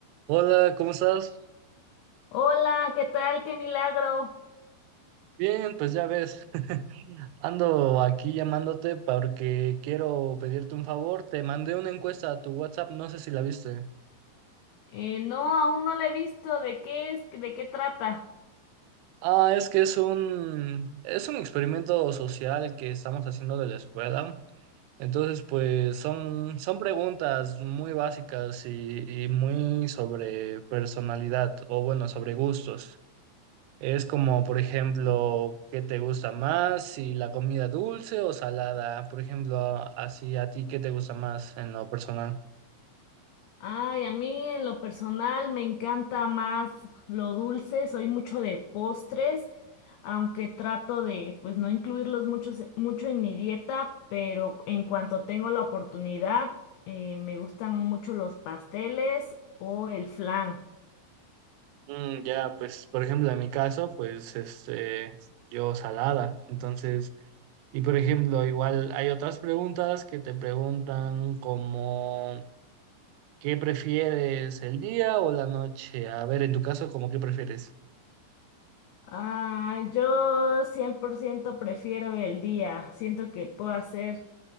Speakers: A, on the right (about 90°); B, on the left (about 90°).
A: Hola, ¿cómo estás?
B: Hola, ¿qué tal? ¡Qué milagro!
A: Bien, pues ya ves, <laughs> ando aquí llamándote porque quiero pedirte un favor. Te mandé una encuesta a tu WhatsApp, no sé si la viste.
B: Eh, no, aún no la he visto. ¿De qué es? ¿De qué trata?
A: Ah, es que es un es un experimento social que estamos haciendo de la escuela. Entonces, pues son son preguntas muy básicas y, y muy sobre personalidad o bueno, sobre gustos. Es como, por ejemplo, ¿qué te gusta más? Si la comida dulce o salada, por ejemplo, a- así a ti, ¿qué te gusta más en lo personal?
B: Ay, a mí en lo personal me encanta más lo dulce. Soy mucho de postres, aunque trato de, pues, no incluirlos mucho, mucho en mi dieta, pero en cuanto tengo la oportunidad, eh, me gustan mucho los pasteles o el flan.
A: Mm, ya, pues, por ejemplo, en mi caso, pues, este, yo salada. Entonces, y por ejemplo, igual hay otras preguntas que te preguntan como, ¿qué prefieres, el día o la noche? A ver, en tu caso, cómo ¿qué prefieres?
B: Ah, yo 100% prefiero el día. Siento que puedo hacer